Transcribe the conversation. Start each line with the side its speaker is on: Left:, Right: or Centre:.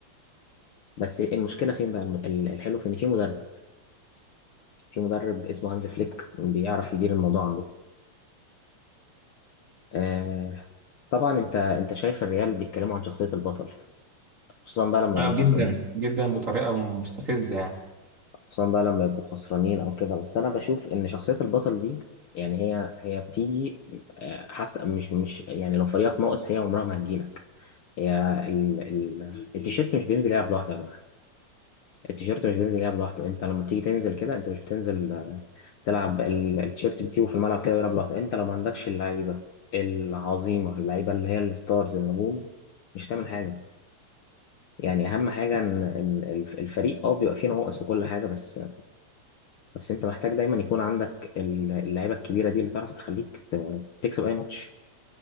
Left: بس المشكله فين بقى ال- الحلو في ان في مدرب في مدرب اسمه هانز فليك بيعرف يدير الموضوع عنده آه طبعا انت انت شايف الريال بيتكلموا عن شخصيه البطل خصوصا بقى لما
Right: اه
Left: يبقوا
Right: جدا
Left: خسرانين
Right: جدا بطريقه مستفزه يعني
Left: خصوصا بقى لما يبقوا خسرانين او كده بس انا بشوف ان شخصيه البطل دي يعني هي هي بتيجي آه، حتى مش مش يعني لو فريقك ناقص هي عمرها ما هتجيلك هي ال ال التيشيرت مش بينزل يلعب لوحده يا جماعه التيشيرت مش بينزل يلعب لوحده انت لما بتيجي تنزل كده انت مش بتنزل آه، تلعب ال- التيشيرت بتسيبه في الملعب كده ويلعب لوحده انت لو ما عندكش اللعيبه العظيمه اللعيبه اللي هي الستارز النجوم مش هتعمل حاجه يعني اهم حاجه ان إن الف- الفريق اه بيبقى فيه نواقص وكل حاجه بس بس انت محتاج دايما يكون عندك ال- اللعيبه الكبيره دي اللي تعرف تخليك ت- تكسب اي ماتش